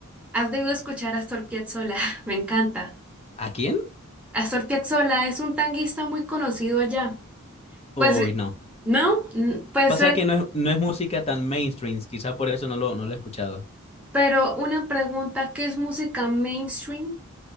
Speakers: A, in the centre; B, on the left (about 25°).
A: has debido escuchar a Astor Piazzolla, <laughs> me encanta.
B: ¿A quién?
A: Astor Piazzolla es un tanguista muy conocido allá.
B: Uy,
A: Pues, eh,
B: no.
A: ¿no? Mm, Pues
B: Pasa
A: él,
B: que no es, no es música tan mainstream, Quizá por eso no lo, no lo he escuchado.
A: pero una pregunta, ¿qué es música mainstream?